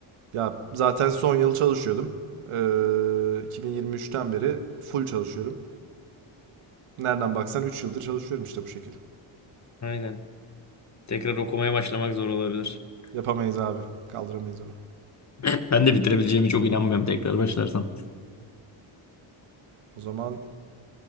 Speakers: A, on the right (about 85°); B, on the left (about 35°).
A: Ya zaten son yıl çalışıyordum. Ee, 2023'ten beri full çalışıyorum. Nereden baksan 3 yıldır çalışıyorum işte bu şekilde.
B: Aynen. Tekrar okumaya başlamak zor olabilir. <laughs>
A: Yapamayız abi. Kaldıramayız onu.
B: <clears throat> Ben de bitirebileceğimi çok inanmıyorum tekrar başlarsam.
A: O zaman